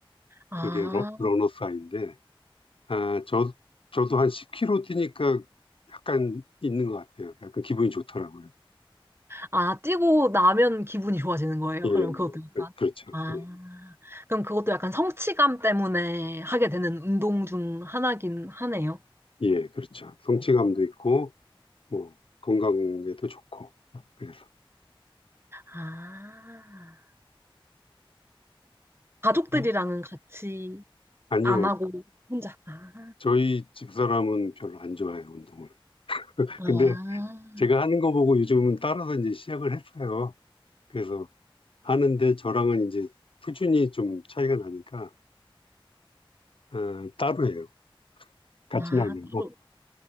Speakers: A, on the right; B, on the left.
A: 아.
B: 그게 러, 러너스 하이인데 아, 저, 저도 한 10km 뛰니까 약간 있는 것 같아요. 약간 기분이 좋더라고요.
A: 아, 뛰고 나면 기분이 좋아지는 거예요.
B: 예, 예.
A: 그럼 그것도 약간,
B: 그- 그렇죠.
A: 아,
B: 예,
A: 그럼 그것도 약간 성취감 때문에 하게 되는 운동 중 하나긴 하네요.
B: 예, 그렇죠. 성취감도 있고, 뭐, 건강에도 좋고, 그래서.
A: 아, 가족들이랑은
B: 음.
A: 같이
B: 아니요,
A: 안 하고 혼자. 아,
B: 저희 집사람은 별로 안 좋아해요, 운동을.
A: 아,
B: 근데 제가 하는 거 보고 요즘은 따라서 이제 시작을 했어요. 그래서 하는데 저랑은 이제 수준이 좀 차이가 나니까, 어, 따로 해요. 같이는
A: 아,
B: 안 하고.
A: 따로.